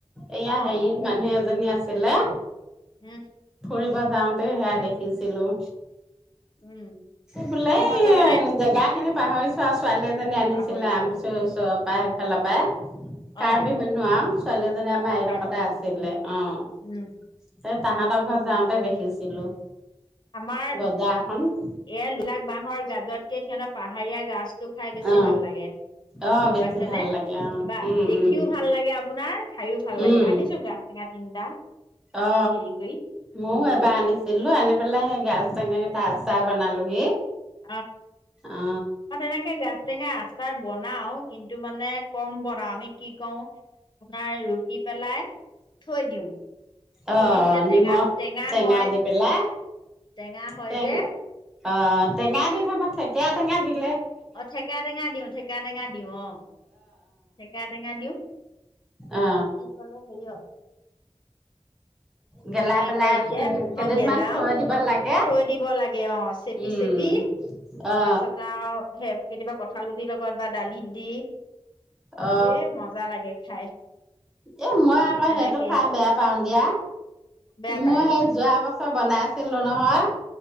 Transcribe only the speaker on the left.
অ
উম।
উম
সিহঁতৰ
মানে
পাহৰিছে
অ
অ
কাৰ্বি মানুহ
উম
কি বুলি
কয়
আমাৰ
এয়া লোলাক বাঁহৰ গাজতকে সিহঁতক পাহাৰীয়া গাজটো খাই বেছি
ভাল লাগে।
গম
পাইছেনে,
কিবা
দেখিওঁ
ভাল লাগে আপোনাৰ, খাইওঁ ভাল লাগে,
আনিছো গাজ টেঙা তিনিটা
হেৰি কৰি,
সৰু সৰু।
<unintelligible>
ম তেনেকে গাজ টেঙা আচাৰ বনাওঁ, কিন্তু টো মানে কম বনাওঁ আমি কি কৰো, তোমাৰ ৰুটিত পেলাই থৈ দিওঁ, থৈ
দি যেতিয়া
টেঙা টেঙা হয়
টেঙা হয়
যে
অ' ঠেকেৰা টেঙা দিওঁ ঠেকে চকা টেঙা দিওঁ অ' ঠেকেৰা টেঙা দিওঁ,
দি পেলাই হেৰি হয়।
কি বুলি
কয়, এতিয়া
অ' গেলাওঁ
থৈ দিব লাগে অ' চেপি
চেপি
তাৰপাছত আৰু সেই কেতিয়াবা কঁঠাল গুটিৰ লগত বা দালিত দি
এ মজা লাগে খাই।
সেই তেনেকে
বেয়া
পায়